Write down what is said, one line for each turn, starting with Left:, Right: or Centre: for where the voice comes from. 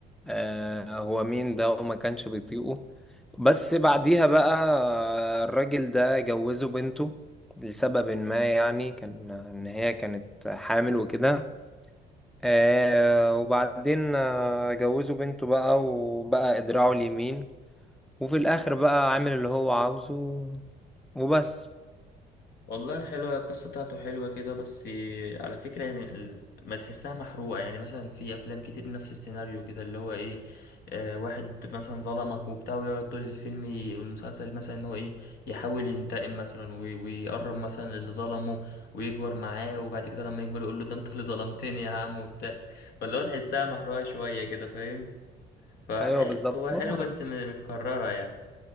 Centre: آه هو مين ده وما كانش بيطيقه بس بعديها بقى آه، الراجل ده جوزه بنته لسبب ما يعني كان ان هي كانت حامل وكده آه وبعدين آه، جوزه بنته بقى وبقى ادراعه اليمين وفي الاخر بقى عامل اللي هو عاوزه وبس
Left: والله حلوة هي القصة بتاعته حلوة كده بس على فكرة يعني ال- ما تحسها محروقة يعني مثلا في أفلام كتير نفس السيناريو كده اللي هو إيه آه واحد مثلا ظلمك وبتاع ويقعد طول الفيلم ي- والمسلسل مثلا إن هو إيه يحاول ينتقم مثلا وي- ويقرب مثلا اللي ظلمه ويكبر معاه وبعد كده لما يكبر يقول له ده أنت اللي ظلمتني يا عم وبتاع فاللي هو تحسها محروقة شوية كده فاهم فهو
Centre: ايوه بالظبط هو
Left: حلو بس م- متكررة يعني